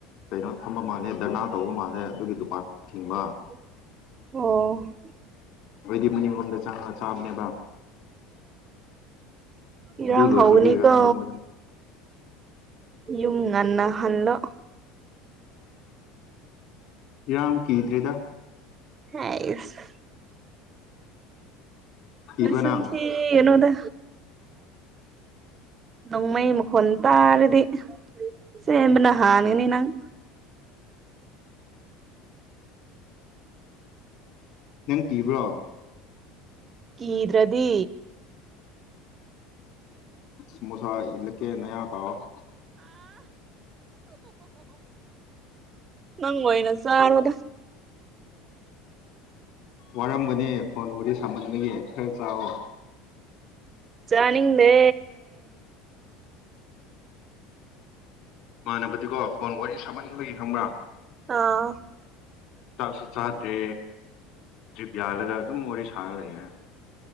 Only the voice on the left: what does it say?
ꯀꯩꯅꯣ ꯊꯝꯕ ꯃꯥꯜꯂꯦ ꯙꯔꯅꯥ ꯇꯧꯕ ꯃꯥꯜꯂꯦ ꯑꯗꯨꯒꯤ ꯗꯨꯀꯥꯟ
ꯊꯤꯡꯕ ꯑꯣꯏꯗꯤ ꯃꯅꯤꯕꯗ ꯆꯥꯡ ꯆꯥꯕꯅꯦꯕ
ꯑꯗꯨ ꯂꯣꯏꯈ꯭ꯔꯕꯤꯔꯥ
ꯈꯪꯗ ꯃꯣꯏꯗ
ꯏꯔꯝ ꯀꯗ꯭ꯔꯦꯗ
ꯀꯤꯕ꯭ꯔꯥ
ꯅꯪ
ꯅꯪ ꯀꯤꯕ꯭ꯔꯣ
ꯁꯦꯃꯣꯁꯥ ꯏꯂꯀꯦ ꯅꯌꯥ ꯀꯥꯥꯎꯑꯣ
ꯋꯥꯔꯝꯒꯅꯤ ꯐꯣꯟ ꯋꯥꯔꯤ ꯁꯥꯃꯟꯕꯒꯤ ꯈꯔ ꯆꯥꯛꯑꯣ
ꯃꯥꯟꯅꯕꯗꯤꯀꯣ ꯐꯣꯟ ꯋꯥꯔꯤ ꯁꯥꯝꯃꯟꯕꯒꯤ ꯈꯪꯕ꯭ꯔꯥ
ꯆꯥꯛꯁꯨ ꯆꯥꯇꯦ ꯇ꯭ꯔꯤꯞ ꯌꯥꯜꯂꯒ ꯑꯗꯨꯝ ꯋꯥꯔꯤ ꯁꯥꯔ ꯂꯩ ꯍꯥꯏ